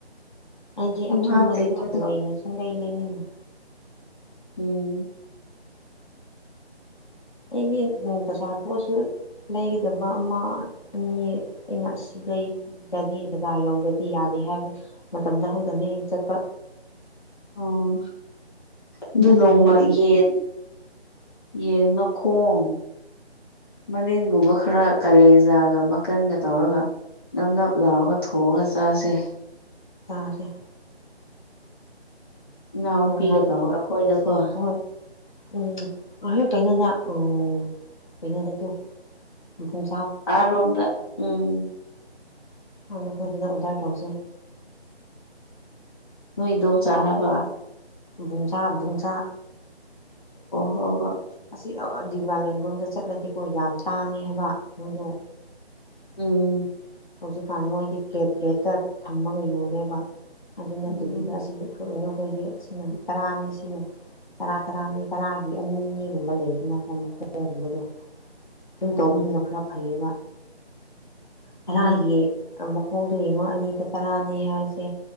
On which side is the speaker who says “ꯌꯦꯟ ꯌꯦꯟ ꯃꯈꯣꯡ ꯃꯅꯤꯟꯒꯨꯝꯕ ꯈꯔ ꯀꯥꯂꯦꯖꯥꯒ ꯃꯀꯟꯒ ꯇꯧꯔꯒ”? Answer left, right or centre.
Left